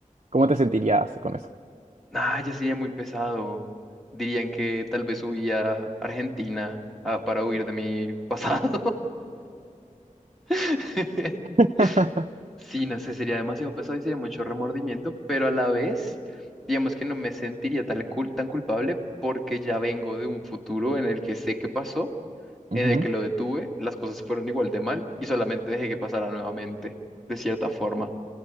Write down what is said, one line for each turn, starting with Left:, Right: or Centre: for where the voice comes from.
Right: ¿Cómo te sentirías con eso?
Centre: Nah, ya sería muy pesado. Dirían que tal vez huía a Argentina ah, para huir de mi pasado. <laughs>
Right: <laughs>
Centre: Sí, no sé, sería demasiado pesado y sería mucho remordimiento, pero a la vez, digamos que no me sentiría tan, cul- tan culpable porque ya vengo de un futuro en el que sé qué pasó,
Right: Ujú.
Centre: en el que lo detuve, las cosas fueron igual de mal y solamente dejé que pasara nuevamente, de cierta forma.